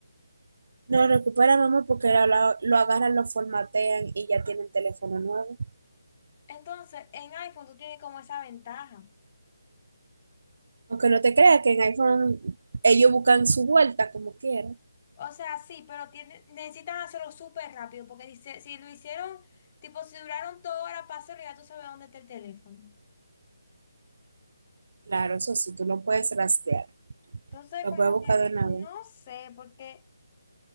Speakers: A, on the right; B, on the left.
A: No recupera, mamá, porque lo, lo- lo agarran, lo formatean y ya tienen teléfono nuevo.
B: Entonces, en iPhone tú tienes como esa ventaja.
A: Aunque no te creas que en iPhone ellos buscan su vuelta como quieran.
B: O sea, sí, pero tiene, necesitan hacerlo súper rápido, porque dice, si lo hicieron, tipo, si duraron toda hora para hacerlo, ya tú sabes dónde está el teléfono.
A: Claro, eso sí, tú lo puedes rastrear.
B: Entonces,
A: Lo
B: como
A: puedes buscar
B: que,
A: de una
B: no
A: vez.
B: sé, porque,